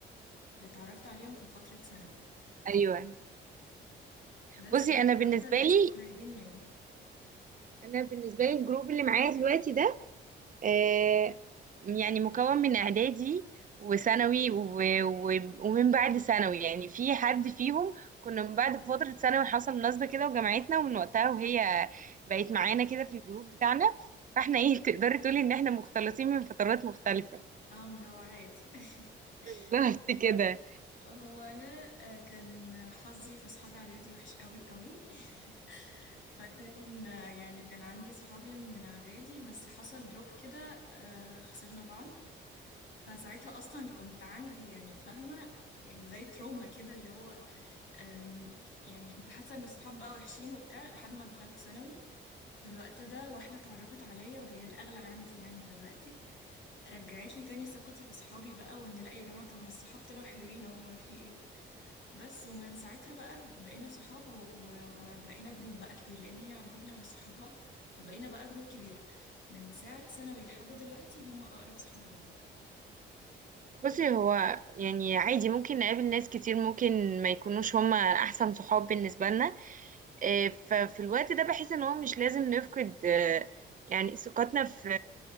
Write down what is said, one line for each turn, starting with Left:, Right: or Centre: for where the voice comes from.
Left: اللي اتعرفت عليهم في فترة ثانوي
Right: ايوه
Left: بس
Right: بصي
Left: دول
Right: انا بالنسبه
Left: أكتر ناس
Right: لي
Left: قريبين مني
Right: انا بالنسبه لي الجروب اللي معايا دلوقتي ده آه، يعني مكون من اعدادي وثانوي و- و- ومن بعد ثانوي يعني في حد فيهم كنا من بعد فترة ثانوي حصل مناسبة كده وجمعتنا ومن وقتها وهي بقت معانا كده في الجروب بتاعنا فاحنا ايه <laughs> تقدري تقولي ان احنا مختلطين من فترات مختلفة
Left: اه منوعات يعني
Right: بالظبط
Left: <laughs> هو
Right: كده
Left: هو أنا آه، كان حظي في أصحاب إعدادي وحش قوي قوي <laughs> فكان آه، يعني كان عندي صحابي من إعدادي بس حصل دروب كده آه، خسرنا بعض فساعتها أصلا كنت عندي يعني فاهمة يعني زي تروما كده اللي هو أم، يعني كنت حاسة ان الصحاب بقى وحشين وبتاع لحد ما دخلت ثانوي في الوقت ده واحدة اتعرفت عليا وهي الأغلى عندي يعني دلوقتي رجعت لي تاني ثقتي في صحابي بقى وان لا يا جماعة طب ما الصحاب طلعوا حلوين هم في ايه بس ومن ساعتها بقى بقينا صحاب و- و- وبقينا جروب بقى كبير لأن هي عرفتني على صحابها فبقينا بقى جروب كبير من ساعة ثانوي لحد دلوقتي هم أقرب صحاب ليا
Right: بصي هو يعني عادي ممكن نقابل ناس كتير ممكن ما يكونوش هما احسن صحاب بالنسبة لنا آه، ففي الوقت ده بحس ان هو مش لازم نفقد آه، يعني ثقتنا في